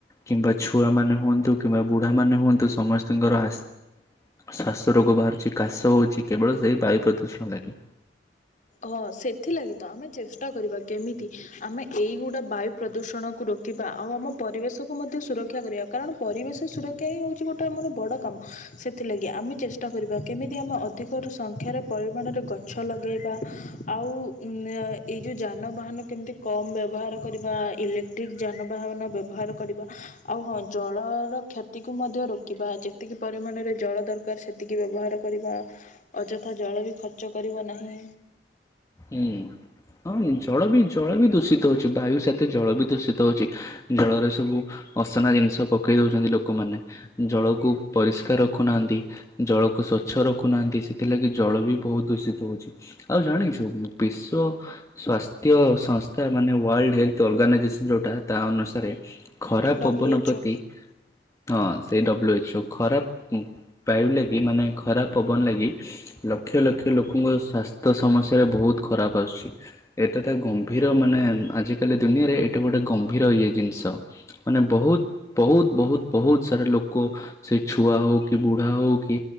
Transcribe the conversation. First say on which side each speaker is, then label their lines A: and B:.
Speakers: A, on the left (about 20°); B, on the left (about 45°).
A: କିମ୍ବା ଛୁଆମାନେ ହୁଅନ୍ତୁ କିମ୍ବା ବୁଢ଼ା ମାନେ ହୁଅନ୍ତୁ ସମସ୍ତଙ୍କର ଆସ୍ ଶ୍ଵାସ ରୋଗ ବାହାରୁଚି କାଶ ହଉଛି କେବଳ ସେଇ ବାୟୁ ପ୍ରଦୂଷଣ ଲାଗି
B: ହଁ ସେଥିଲାଗି ତ ଆମେ ଚେଷ୍ଟା କରିବା କେମିତି ଆମେ ଏଇଗୁଡ଼ା ବାୟୁ ପ୍ରଦୂଷଣକୁ ରୋକିବା ଆଉ ଆମ ପରିବେଶକୁ ମଧ୍ୟ ସୁରକ୍ଷା କରିବା କାରଣ ପରିବେଶ ସୁରକ୍ଷା ହିଁ ହଉଚି ଗୋଟେ ଆମର ବଡ଼ କାମ ସେଥିଲାଗି ଆମେ ଚେଷ୍ଟା କରିବା କେମିତି ଆମେ ଅଧିକ ସଂଖ୍ୟାରେ ପରିମାଣରେ ଗଛ ଲଗାଇବା। ଆଉ ଉମ୍ ଏଇ ଯଉ ଯାନବାହାନ କେମିତି କମ୍ ବ୍ୟବହାର କରିବା ଇଲେକ୍ଟ୍ରିକ୍ ଯାନବାହାନ ବ୍ୟବହାର କରିବା ଆଉ ହଁ ଜଳର କ୍ଷତିକୁ ମଧ୍ୟ ରୋକିବା ଯେତିକି ପରିମାଣରେ ଜଳ ଦରକାର ସେତିକି ବ୍ୟବହାର କରିବା ଅଯଥା ଜଳ ବି ଖର୍ଚ୍ଚ କରିବା ନାହିଁ।
A: ହୁଁ ହଁ ଜଳ ବି ଜଳ ବି ଦୂଷିତ ହଉଛି ବାୟୁ ସାଥେ ଜଳ ବି ଦୂଷିତ ହଉଛି ଜଳରେ ସବୁ ଅସନା ଜିନିଷ ପକେଇ ଦଉଛନ୍ତି ଲୋକମାନେ, ଜଳକୁ ପରିଷ୍କାର ରଖୁନାହାନ୍ତି, ଜଳକୁ ସ୍ଵଚ୍ଛ ରଖୁନାହାନ୍ତି, ସେଥିଲାଗି ଜଳ ବି ବହୁତ ଦୂଷିତ ହଉଛି, ଆଉ ଜାଣିଛୁ ବିଶ୍ଵ ସ୍ୱାସ୍ଥ୍ୟ ସଂସ୍ଥା ମାନେ ୱାଲଡ଼ ହେଲଥ ଅର୍ଗାନାଇଜେସନ ଯଉଁଟା ତା ଅନୁସାରେ ଖରାପ୍
B: ଡବ୍ଲ୍ୟୁ
A: ପବନ
B: ଏଚ୍
A: ପ୍ରତି
B: ଓ
A: ହଁ ସେ ଡବ୍ଲୁ ଏଚ ଓ। ଖରାପ ଉମ୍ ବାୟୁ ଲାଗି ମାନେ ଖରାପ ପବନ ଲାଗି ଲକ୍ଷ ଲକ୍ଷ ଲୋକଙ୍କ ସ୍ୱାସ୍ଥ୍ୟ ସମସ୍ୟା ରେ ବହୁତ ଖରାପ ଆସୁଚି ଏଟା ତ ଗମ୍ଭୀର ମାନେ ଆଜିକାଲି ଦୁନିଆରେ ଏଇଟା ଗୋଟେ ଗମ୍ଭୀର ଇଏ ଜିନିଷ ମାନେ ବହୁତ ବହୁତ ବହୁତ ବହୁତ ସାରା ଲୋକ ସେ ଛୁଆ ହଉ କି ବୁଢ଼ା ହଉ କି